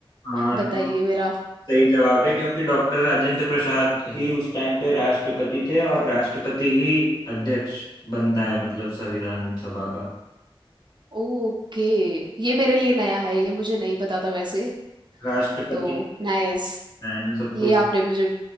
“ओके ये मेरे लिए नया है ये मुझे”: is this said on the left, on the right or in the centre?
Right